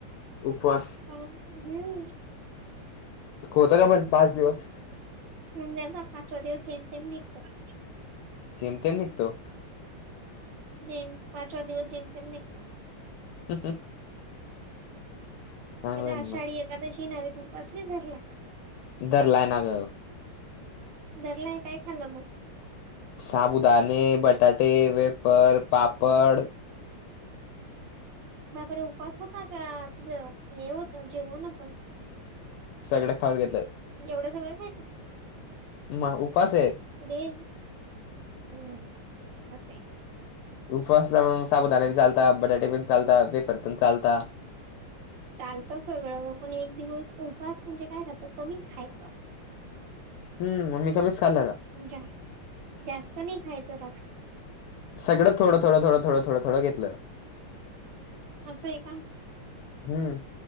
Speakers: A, on the left; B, on the right.
A: उपवास.
B: पाच दिवस हम्म. <unintelligible>
A: कुत्र्य भर पाच दिवस.
B: ह ज्याात पाचवा दिवस जेम ते निघत. <unintelligible>
A: जम ते निघतो. <unintelligible>
B: जेन पाचवा दिवस जेमते निघतो.
A: हा हा. <unintelligible> चांगलंय
B: आज आषाढी
A: ना मग.
B: एखादशी नावेत उपास भी धरला का.
A: धरलाय ना ग.
B: धरलाय काय खाल्लं मग.
A: साबुदाणे बटाटे वेपर पापड.
B: बापरे उपास होता का तुझं हे जेवण होतं.
A: सगळं खाऊन घेतलं.
B: एवढं सगळं खायचं.
A: मा उपास ये.
B: अरे हम्म असेय.
A: उफसला मग साबुदान चालतात, बटाटे पण चालतात वेफर पण चालतात.
B: चालतं सगळं हो पण, एक दिवस उपास म्हणजे काय रात कमी खायचं. <inaudible>
A: हम्म मग मी कमीच खाल्ला का.
B: जा जास्त नाही खायचं रात.
A: सगळं थोडं थोडं थोडं थोडं थोडं थोडं घेतलं.
B: असेय का.
A: हम्म.